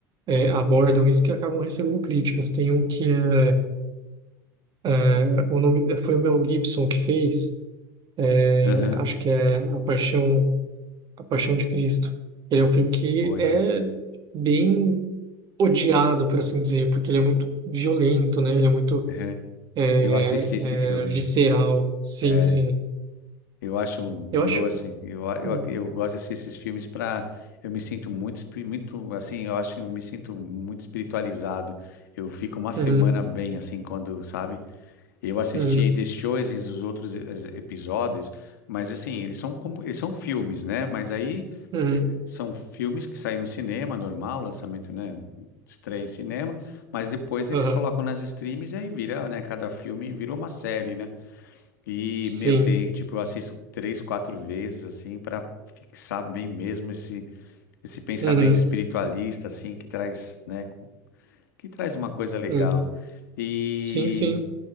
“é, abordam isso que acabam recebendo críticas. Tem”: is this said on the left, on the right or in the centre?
Right